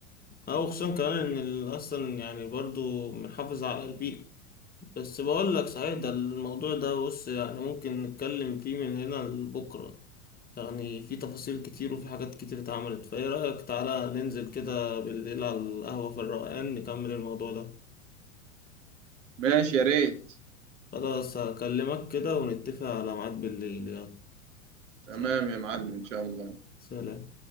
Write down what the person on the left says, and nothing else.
اه وخصوصا كمان ان ال- اصلا يعني برضو بنحافظ على البيئة بس بقول لك صحيح ده الموضوع ده بص يعني ممكن نتكلم فيه من هنا لبكرة يعني في تفاصيل كتير وفي حاجات كتير اتعملت فايه رأيك تعالى ننزل كده بالليل على القهوة في الروقان نكمل الموضوع ده
خلاص هكلمك كده ونتفق على ميعاد بالليل يلا
سلام
سلام